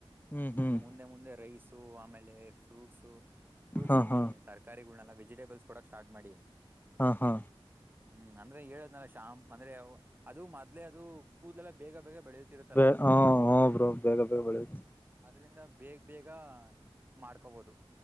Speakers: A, on the left; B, on the right.
A: ಹ್ಮ್ ಹ್ಮ್
B: ಮುಂದೆ ಮುಂದೆ ರೈಸ್ ಆಮೇಲೆ ಫ್ರೂಟ್ಸ ಫ್ರೂಟ್ಸ್
A: ಹಾ
B: ಅಂತೀನಿ
A: ಹಾ
B: ತರ್ಕಾರಿಗಳನೆಲ್ಲ ವೆಜಿಟೇಬಲ್ಸ್ ಕೂಡಕ್ ಸ್ಟಾರ್ಟ್ ಮಾಡಿ
A: ಹಾ ಹಾ
B: ಹ್ಮ್ ಅಂದ್ರೆ ಹೇಳದ್ನ ಶಾಮ್ ಮನೇಲೆ ಅವು ಅದು ಮೊದ್ಲೆೇ ಅದು ಕೂದಲೆಲ್ಲ ಬೇಗ ಬೇಗ ಬೆಳೆಯುತ್ತಿರುತ್ತಲ್ಲ್ಮ
A: ಬೇ ಹ ಹ ಬ್ರೋ ಬೇಗ ಬೇಗ ಬೆಳೆಯುತ್ತೆ
B: ಆದ್ದರಿಂದ ಬೇಗ ಬೇಗ ಮಾಡ್ಕೋಬಹುದು